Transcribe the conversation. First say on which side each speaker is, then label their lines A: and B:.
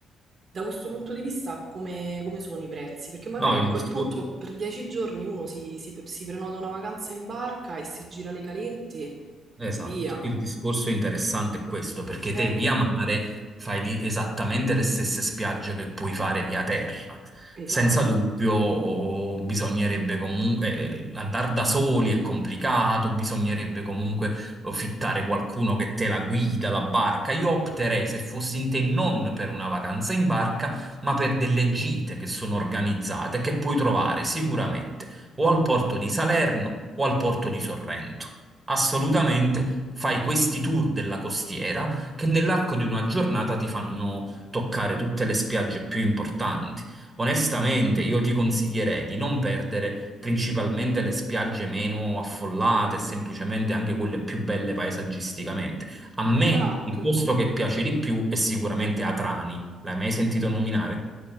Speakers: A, on the right; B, on the right.
A: Da questo punto di vista, come, come sono i prezzi? Perché magari
B: No, il
A: a quel
B: discorso.
A: punto per dieci giorni uno si, si- si prenota una vacanza in barca e si gira le calette
B: Esatto,
A: e via.
B: il discorso interessante è questo, perché
A: Eh,
B: te via mare fai di- esattamente le stesse spiagge che puoi fare via terra.
A: esatto,
B: Senza dubbio, oh, bisognerebbe comunque eh, andare da soli è complicato, bisognerebbe comunque oh, fittare qualcuno che te la guida, la barca. Io opterei, se fossi in te, non per una vacanza in barca, ma per delle gite che sono organizzate, che puoi trovare sicuramente o al porto di Salerno o al porto di Sorrento. Assolutamente, fai questi tour della costiera che nell'arco di una giornata ti fanno toccare tutte le spiagge più importanti. Onestamente, io ti consiglierei di non perdere principalmente le spiagge meno affollate, semplicemente anche quelle più belle paesaggisticamente. A me
A: esatto.
B: il posto che piace di più è sicuramente Atrani. L'hai mai sentito nominare?